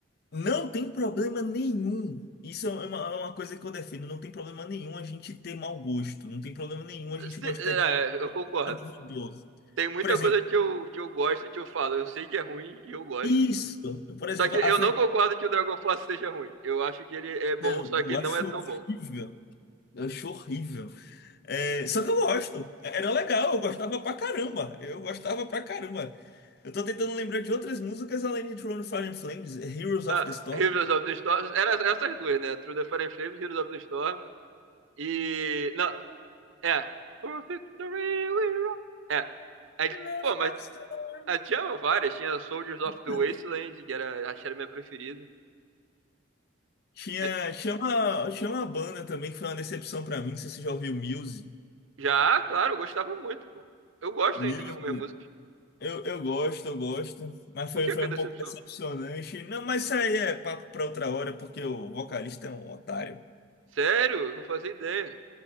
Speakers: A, on the left (about 50°); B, on the right (about 70°).
A: não tem problema nenhum. Isso é uma, é uma coisa que eu defendo. Não tem problema nenhum a gente ter mau gosto. Não tem problema nenhum a gente
B: Se-
A: gostar
B: é,
A: de
B: eu concordo.
A: nada duvidoso.
B: Tem muita
A: Por exemplo,
B: coisa que eu, que eu gosto e que eu falo. Eu sei que é ruim e eu gosto.
A: isso. Por exemplo,
B: Só que eu
A: a franquia.
B: não concordo que o Dragon Force seja ruim. Eu acho que ele é bom,
A: Não,
B: só que
A: eu
B: ele
A: acho
B: não é tão
A: horrível.
B: bom.
A: Eu acho horrível. É, só que eu gosto. é, Era legal, eu gostava pra caramba. Eu gostava pra caramba. Eu tô tentando lembrar de outras músicas além de Throne of Fire and Flames, Heroes of
B: Ah,
A: the Storm.
B: Heroes of the Storm. Era essas duas, né? Through the Fire and Flames, Heroes of the Storm. E. Não, é. For victory we roll. É. Aí,
A: Heroes
B: pô, mas
A: of Storm.
B: ah, tinha várias. Tinha Soldiers of the
A: Né?
B: Wasteland, que era, acho que era a minha preferida.
A: Tinha,
B: É,
A: tinha uma, tinha uma banda também que foi uma decepção pra mim, não sei se você já ouviu Muse.
B: Já, claro, eu gostava muito, pô. Eu gosto
A: Muse,
B: ainda de algumas músicas.
A: eu, eu gosto, eu gosto, mas foi,
B: Por que
A: foi
B: que é
A: um
B: decepção?
A: pouco decepcionante. Não, mas isso aí é papo pra outra hora, porque o vocalista é um otário.
B: Sério? Não fazia ideia.